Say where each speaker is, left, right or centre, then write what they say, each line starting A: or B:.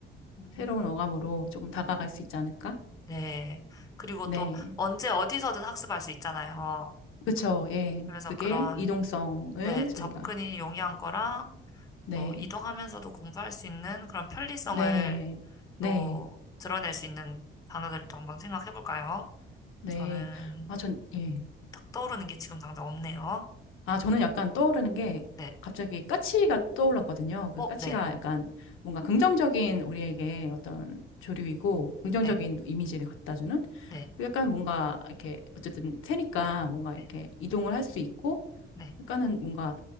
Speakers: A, on the left; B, on the left.
A: 음.
B: 새로운 어감으로 조금 다가갈 수 있지 않을까?
A: 네. 그리고
B: 네.
A: 또 언제 어디서든 학습할 수 있잖아요.
B: 그쵸. 예.
A: 그래서
B: 그게
A: 그런,
B: 이동성을
A: 네,
B: 저희가
A: 접근이 용이한 거랑
B: 네.
A: 또 이동하면서도 공부할 수 있는 그런 편리성을
B: 네, 네,
A: 또 드러낼 수 있는 단어들도 한번 생각해 볼까요?
B: 네.
A: 저는
B: 아, 전, 예.
A: 딱 떠오르는 게 지금 당장 없네요.
B: 아, 저는 약간 떠오르는 게
A: 네.
B: 갑자기 까치가 떠올랐거든요. 그
A: 어,
B: 까치가
A: 네.
B: 약간 뭔가 긍정적인 우리에게 어떤 조류이고 긍정적인
A: 네.
B: 이미지를 갖다주는
A: 네.
B: 그리고 약간 뭔가 이렇게 어쨌든 새니까 뭔가
A: 네.
B: 이렇게 이동을 할 수 있고
A: 네.
B: 약간은 뭔가